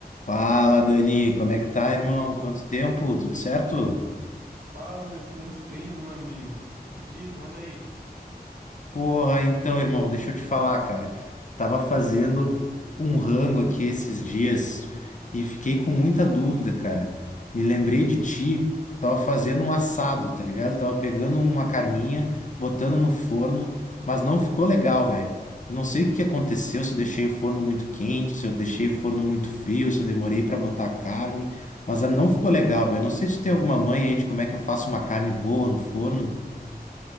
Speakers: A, on the left; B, on the right.
A: Fala, Dani, como é que tá, irmão? Quanto tempo? Tudo certo?
B: Fala, Luiz, quanto tempo, meu amigo? O que que diz? Manda aí.
A: Porra, então, irmão, deixa eu te falar, cara. Tava fazendo um rango aqui esses dias e fiquei com muita dúvida, cara. Me lembrei de ti, tava fazendo um assado, tá ligado? Tava pegando uma carninha, botando no forno, mas não ficou legal, velho. Eu não sei o que que aconteceu, se eu deixei o forno muito quente, se eu deixei o forno muito frio, se eu demorei pra botar a carne, mas ah, não ficou legal, velho. Não sei se tem alguma manha aí de como é que eu faço uma carne boa no forno.